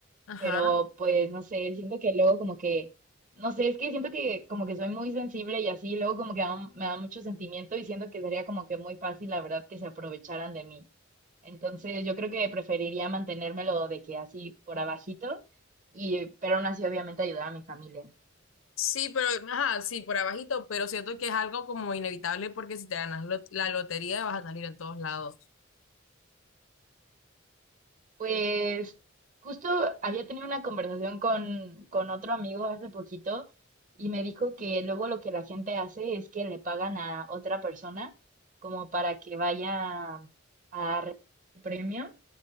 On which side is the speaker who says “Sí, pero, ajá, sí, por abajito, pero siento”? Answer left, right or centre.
Left